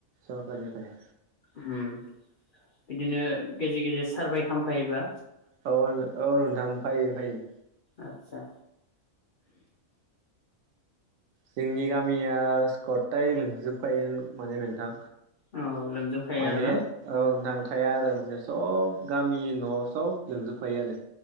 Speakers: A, on the right (about 75°); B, on the left (about 50°).
A: <unintelligible> निफाय
B: होम बिदिनो गेजेर गेजेर सारभाइ खामफायोबा
A: औ औ नोंथां। फायो फायो।
B: आतसा
A: जोंनि गामियास गताय लोंजोबखायो माने नोंथां।
B: औ लोमजोबखायो
A: माने
B: आरो ना
A: औ नोंथां। थाया आरो माने सब गामि न' सब लोमजोबखायो आरो